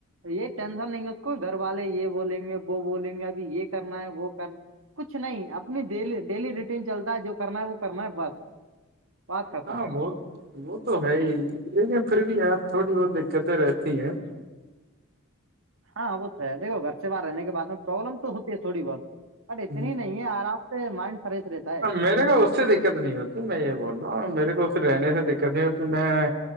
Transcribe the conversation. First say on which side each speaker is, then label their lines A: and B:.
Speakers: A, on the right; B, on the right.
A: یہ ٹینشن نہیں اس کو گھر والے یہ بولیں گے وہ بولیں گے ابھی یہ کرنا ہے وہ کر کچھ نہیں اپنی ڈی ڈیلی روٹین چلتا ہے جو کرنا ہے وہ کرنا ہے بس بات ختم
B: ہاں وہ وہ تو ہے ہی لیکن پھر بھی آپ تھوڑی بہت دقتیں رہتی ہیں
A: ہاں وہ تو ہے دیکھو گھر سے باہر رہنے کے بعد میں پروابلم تو ہوتی ہے تھوڑی بہت بٹ اتنی
B: ہ
A: نہیں ہے آرام سے مائنڈ فریش رہتا ہے
B: میرے کو اس سے دقت نہیں ہوتی میں یہ بول رہا ہوں میرے کو اس رہنے سے دقت نہیں ہوتی میں